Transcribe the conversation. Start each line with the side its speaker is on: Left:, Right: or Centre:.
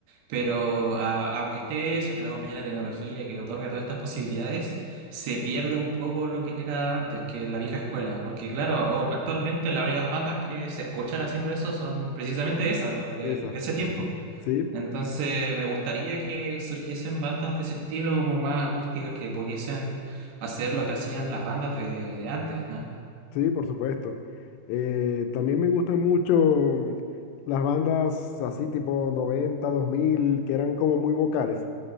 Right: pero a- aunque esté eso, que lo acompañe la tecnología, que otorga todas estas posibilidades, se pierde un poco lo que era antes, que la vieja escuela, porque claro, o- actualmente las únicas bandas que se escuchan haciendo eso son precisamente esas, las de,
Left: Esa.
Right: de ese
Left: <laughs>
Right: tiempo.
Left: Sí. Sí,
Right: Entonces me gustaría que surgiesen bandas de ese estilo como más acústicas que pudiesen hacer lo que hacían las bandas de, de antes, ¿no?
Left: Sí, por supuesto. Eh, también me gustan mucho las bandas así tipo noventa, dos mil, que eran como muy vocales